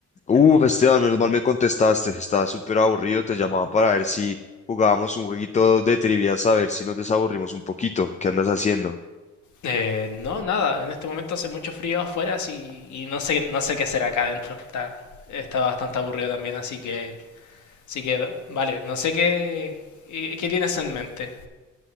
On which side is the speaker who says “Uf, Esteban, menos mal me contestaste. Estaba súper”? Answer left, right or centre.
Left